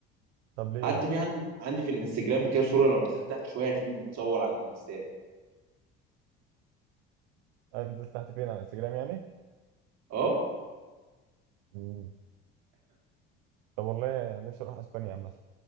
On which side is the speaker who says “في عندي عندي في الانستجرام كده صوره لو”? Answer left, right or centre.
Right